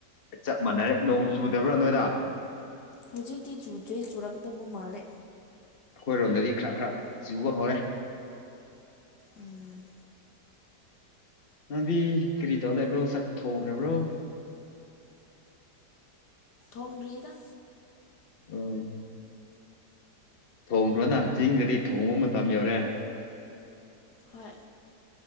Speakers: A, on the left (about 35°); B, on the left (about 70°).
A: ꯆꯞ ꯃꯥꯟꯅꯔꯦ ꯅꯣꯡ ꯆꯨꯗꯕ꯭ꯔꯥ ꯅꯣꯏꯗ
B: ꯍꯧꯖꯤꯛꯇꯤ ꯆꯨꯗ꯭ꯔꯦ ꯆꯨꯔꯛꯇꯧꯕ ꯃꯥꯜꯂꯦ꯫
A: ꯑꯩꯈꯣꯏ ꯔꯣꯝꯗꯗꯤ ꯈꯔ ꯈꯔ ꯆꯨꯕ ꯍꯧꯔꯦ꯫
B: ꯎꯝ
A: ꯅꯕꯤ ꯀꯔꯤ ꯇꯧ ꯂꯩꯕ꯭ꯔꯣ ꯆꯥꯛ ꯊꯣꯡꯈ꯭ꯔꯕ꯭ꯔꯣ
B: ꯊꯣꯡꯗ꯭ꯔꯤꯗ
A: ꯎꯝ ꯊꯣꯡꯈ꯭ꯔꯣꯅ ꯆꯤꯡꯗꯗꯤ ꯊꯣꯡꯕ ꯃꯇꯝ ꯌꯧꯔꯦ꯫
B: ꯍꯣꯏ